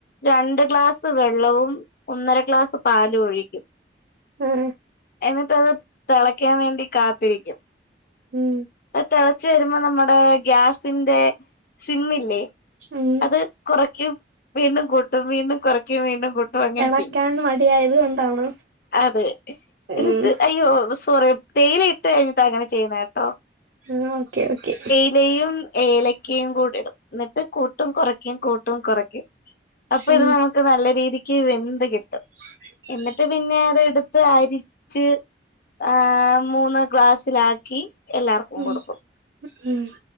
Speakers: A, on the left; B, on the right.
A: രണ്ട് ക്ലാസ് വെള്ളവും ഒന്നര ഗ്ലാസ് പാലും ഒഴിക്കും.
B: ആഹ്
A: എന്നിട്ട് അത് തളയ്ക്കാൻ വേണ്ടി കാത്തിരിക്കും.
B: ഉം
A: അത് തിളച്ചു വരുമ്പോ നമ്മുടെ ഗ്യാസിന്റെ സിമ്മില്ലേ?
B: <inaudible>
A: അത് കുറയ്ക്കും വീണ്ടും കൂട്ടും വീണ്ടും കുറക്ക കും വീണ്ടും കട്ടും അങ്ങനെ
B: എളക്കാൻ
A: ചെയ്യും.
B: മടിയായത് കൊണ്ടാണോ
A: അതെ എനിട്ട്
B: ഉം
A: അയ്യോ സോറി തേയില ഇട്ട് കഴിഞ്ഞിട്ട് അങ്ങനെ ചെയ്യുന്ന കേട്ടോ?
B: ആ ഓക്കേ ഓക്കേ
A: ഇലയും ഏലക്കയും കൂടി ഇടും എന്നിട്ട് കൂട്ടും കുറയ്ക്കയും കൂട്ടും കുറയ്ക്കും. അപ്പം
B: ഉം
A: ഇത് നമുക്ക് നല്ല രീതിക്ക് വെന്ത് കിട്ടും.
B: <inaudible>
A: എന്നിട്ട് പിന്നെ അത് എടുത്ത് അരിച്ച് ആഹ മൂന്ന് ഗ്ലാസ്സിലാക്കി. എല്ലാവർക്കും
B: ഉം
A: കൊടുക്കും.
B: ഉം